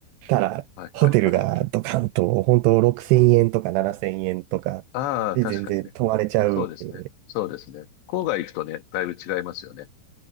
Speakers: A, on the right; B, on the left.
A: たら、
B: あ、はいはいはい。
A: ホテルがドカンと、ほんと6000円とか7000円とかで全然泊まれちゃうって
B: ああ、確かにね。そうですね。そうですね。郊外行くとね、だいぶ違いますよね。